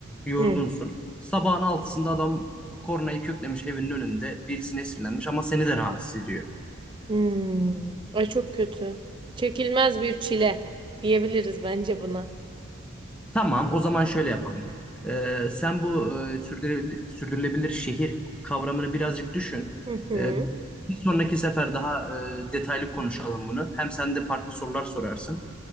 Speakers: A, in the centre; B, on the right (about 20°).
A: yorgunsun.
B: Hı.
A: Sabahın altısında adam kornayı köklemiş evinin önünde, birisine sinirlenmiş ama seni de rahatsız ediyor.
B: Hmm. Ay çok kötü. Çekilmez bir çile diyebiliriz bence buna.
A: Tamam, o zaman şöyle yapalım. Ee, sen bu e, sürdürülebil- sürdürülebilir, şehir kavramını birazcık düşün.
B: Hı hı.
A: Ee, bir sonraki sefer daha e, detaylı konuşalım bunu. Hem sen de farklı sorular sorarsın.